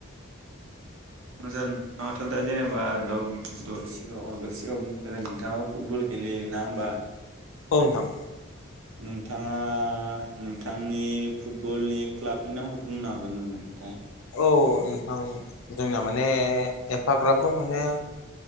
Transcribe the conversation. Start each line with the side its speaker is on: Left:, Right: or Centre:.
Right: <unintelligible> नोंथाङाथ' दा जेनेबा द दहय सिगाङाव आगोल सिगाङाव बुंखा <unintelligible> फुटबल गेलेयो ना होमबा
Left: औ नोंथां
Right: नोंथाङा नोंथांनि फुटबलनि क्लाबनि नामखौ बुंनो हागोन नामा नोंथां
Left: औ नोंथां जोंना माने एफाग्राबबो माने